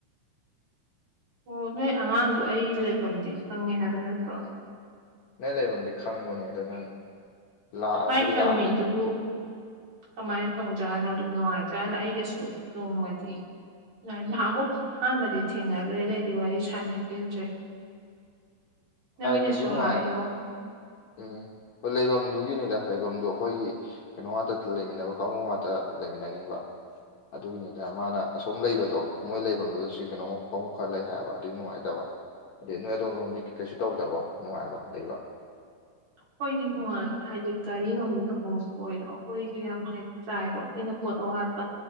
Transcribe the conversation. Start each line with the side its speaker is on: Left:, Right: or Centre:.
Right: ꯑꯣ ꯅꯣꯏ ꯑꯉꯥꯡꯗꯣ ꯑꯩ ꯂꯩꯕꯝꯗꯤ ꯈꯪꯉꯦ ꯍꯥꯏꯕ ꯅꯠꯇ꯭ꯔꯣ
Left: ꯅꯣꯏ ꯂꯩꯕꯝꯗꯤ ꯈꯪꯕꯅꯦ ꯑꯗꯣ ꯅꯪ ꯂꯥꯛꯑꯕꯨꯗꯤ
Right: ꯃꯥꯏ ꯀꯃꯦꯟꯠꯇꯨꯕꯨ
Left: ꯂꯥꯛꯑꯒꯦ
Right: ꯀꯃꯥꯏ ꯇꯧꯖꯥꯠꯅꯣ ꯑꯗꯨꯝ ꯅꯨꯡꯉꯥꯏꯖꯥꯠꯂ ꯑꯩꯒꯁꯨ ꯅꯣꯡꯃꯗꯤ ꯅꯥꯏ ꯅꯍꯥꯟꯃꯨꯛ ꯑꯍꯥꯟꯕꯗꯤ ꯊꯦꯡꯅꯒ꯭ꯔꯦ ꯑꯗꯩꯗꯤ ꯋꯥꯔꯤ ꯁꯥꯟꯅꯒꯤꯗ꯭ꯔꯦ ꯅꯣꯏꯅꯁꯨ
Left: ꯅꯨꯡꯗꯤ ꯅꯨꯡꯉꯥꯏꯔꯦ
Right: ꯍꯥꯏꯌꯣ
Left: ꯎꯝ ꯍꯣꯏ ꯂꯩꯚꯝꯗꯨꯒꯤꯅꯤꯗ ꯂꯩꯚꯝꯗꯣ ꯑꯈꯣꯏꯒꯤ ꯀꯩꯅꯣ ꯉꯥꯛꯇ ꯂꯩꯃꯤꯟꯅꯕ ꯀꯥꯡꯕꯨ ꯉꯥꯛꯇ ꯂꯩꯃꯤꯟꯅꯅꯤꯡꯕ ꯑꯗꯨꯒꯤꯅꯤꯗ ꯃꯥꯅ ꯑꯁꯣꯝ ꯂꯩꯕꯗꯣ ꯃꯣꯏ ꯂꯩꯕꯝꯗꯨꯗ ꯁꯤ ꯀꯩꯅꯣꯝꯃ ꯐꯝꯨꯡ ꯈꯔ ꯂꯩ ꯍꯥꯏꯕ ꯑꯗꯨꯏ ꯅꯨꯡꯉꯥꯏꯇꯕ ꯑꯗꯤ ꯅꯣꯏ ꯑꯗꯣꯝ ꯂꯣꯝꯗꯤ ꯀꯤ ꯀꯩꯁꯨ ꯇꯧꯗꯕꯣ ꯅꯨꯡꯉꯥꯏꯕꯣ ꯂꯩꯕ
Right: ꯑꯈꯣꯏꯗꯤ ꯅꯨꯡꯉꯥꯏ ꯍꯥꯏꯗꯤ ꯒꯥꯔꯤ ꯅꯨꯡꯂꯤ ꯇꯣꯡꯕꯝꯕꯨ ꯑꯣꯏꯔꯣ ꯑꯈꯣꯏꯖꯦ ꯌꯥꯝ ꯍꯥꯏꯗꯤ ꯆꯥꯏꯕ ꯑꯈꯣꯏꯅ ꯄꯣꯠ ꯑꯋꯥꯠꯄ